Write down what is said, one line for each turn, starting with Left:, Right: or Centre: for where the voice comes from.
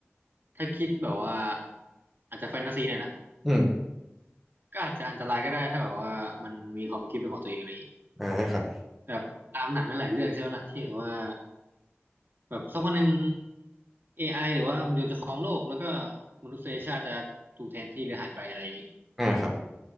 Right: ถ้าคิดแบบว่าอาจจะแฟนตาซีเนี่อยนะ
Centre: อืม
Right: ก็อาจจะอันตรายก็ได้ถ้าแบบว่ามันมีความคิดเป็นของตัวเองอะไรอย่างงี้
Centre: อ่าครับ
Right: แบบตามหนังนั่นหลายเรื่องใช่ไหมล่ะที่แบบว่าแบบสักวันหนึ่ง a อไอหรือว่าหุ่นยนต์จะครองโลกแล้วก็มนุษยชาติจะถูกแทนที่หรือหายไปอะไรอย่างงี้
Centre: อ่าครับ